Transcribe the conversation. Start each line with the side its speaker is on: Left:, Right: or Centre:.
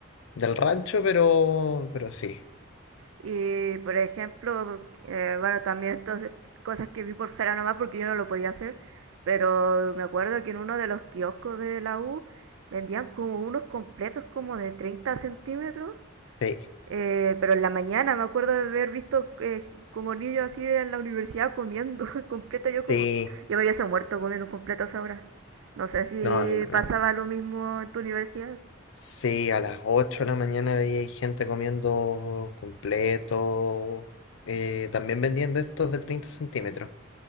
Left: del rancho, pero, pero sí,
Right: Y por ejemplo, eh, bueno, también estas cosas que vi por fuera nomás porque yo no lo podía hacer, pero me acuerdo que en uno de los kioscos de la U vendían como unos completos como de treinta centímetros
Left: sí,
Right: Eh, pero en la mañana me acuerdo de haber visto eh, como niños así en la universidad comiendo <laughs> completo. Yo
Left: sí,
Right: como, yo me hubiese muerto comiendo completo a esa hora. No sé si
Left: no, a mí también.
Right: pasaba lo mismo en tu universidad.
Left: Sí, a las 8 de la mañana veía ahí gente comiendo completo, eh, también vendiendo estos de 30 centímetros